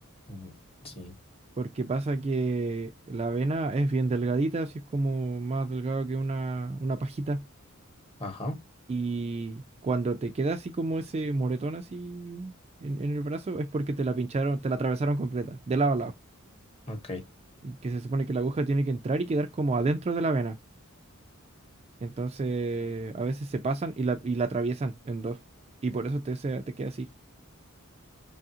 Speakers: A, on the left; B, on the right.
A: Mm, Sí.
B: Porque pasa que la vena es bien delgadita, así es como más delgado que una, una pajita.
A: Ajá,
B: Y cuando te queda así como ese moretón así en, en el brazo, es porque te la pincharon, te la atravesaron completa, de lado a lado.
A: ok.
B: Que se supone que la aguja tiene que entrar y quedar como adentro de la vena. Entonces, a veces se pasan y la, y la atraviesan en dos. Y por eso te, se- te queda así.